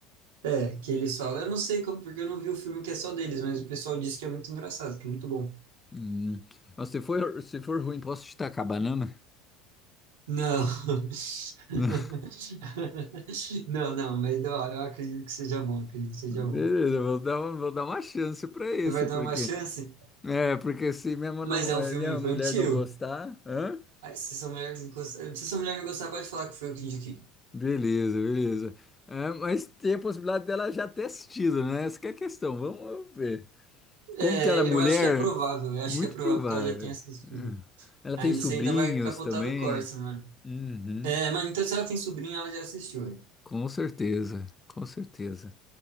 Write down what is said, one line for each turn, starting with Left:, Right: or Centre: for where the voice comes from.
Right: É, que eles falam. Eu não sei como, porque eu não vi o filme que é só deles, mas o pessoal disse que é muito engraçado, que é muito bom.
Left: Hum. Mas se for, se for ruim, posso destacar banana?
Right: Não. <laughs>
Left: <laughs>
Right: Não, não, mas ó, eu acredito que seja bom, acredito que seja
Left: Beleza,
Right: bom.
Left: vou dar, uma- vou dar uma chance pra esse,
Right: Você vai dar
Left: porque
Right: uma chance,
Left: é, porque se minha, mo-
Right: mas
Left: namo-
Right: é
Left: eh,
Right: um filme
Left: minha
Right: infantil.
Left: mulher não gostar, hã?
Right: Aí, se essa mulher não gostar, se essa mulher não gostar, pode falar que foi eu que indiquei.
Left: Beleza, beleza. É, mas tem a possibilidade dela já ter assistido, né? Essa que é a questão. Vamos ver.
Right: É,
Left: Como que ela é mulher?
Right: eu acho que é provável, eu acho
Left: Muito
Right: que é provável
Left: provável.
Right: que ela já tenha assistido.
Left: Hum. Ela
Right: Ainda
Left: tem sobrinhos
Right: você ainda vai capotar
Left: também.
Right: do Corsa, mano.
Left: Uhum.
Right: É, mano, então se ela tem sobrinha, ela já assistiu, velho.
Left: Com certeza, com certeza.